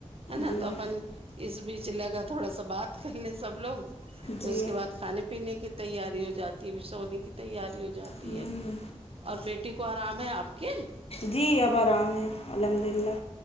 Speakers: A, on the right; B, on the left.
A: ہے نا
B: جی
A: تو اپن اس بیچ لگا تھوڑا سا بات کر لیں سب لوگ پھر
B: جی
A: اس کے بعد کھانے پینے کی تیاری ہو جاتی ہے سونے کی تیاری ہو جاتی
B: ہوں
A: ہے اور بیٹی کو آرام ہے آپ کے
B: جی اب آرام ہیں الحمد للہ